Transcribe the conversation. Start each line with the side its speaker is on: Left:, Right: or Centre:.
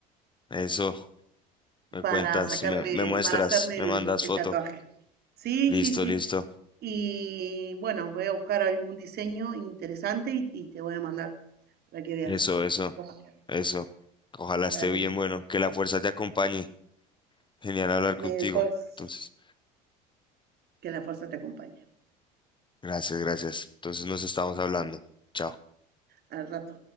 Left: eso. Me
Right: para
Left: cuentas,
Right: sacarme,
Left: me, me muestras,
Right: para hacerme
Left: me
Right: el,
Left: mandas
Right: el
Left: foto.
Right: tatuaje. Sí,
Left: Listo,
Right: sí, sí.
Left: listo.
Right: Y bueno, voy a buscar algún diseño interesante y, y te voy a mandar para que veas
Left: Eso, eso,
Right: cómo queda.
Left: eso. Ojalá esté
Right: Dale.
Left: bien, bueno, que la fuerza te acompañe. Genial hablar contigo.
Right: May the force,
Left: Entonces,
Right: que la fuerza te acompañe.
Left: gracias, gracias. Entonces nos estamos hablando. Chao.
Right: Al rato.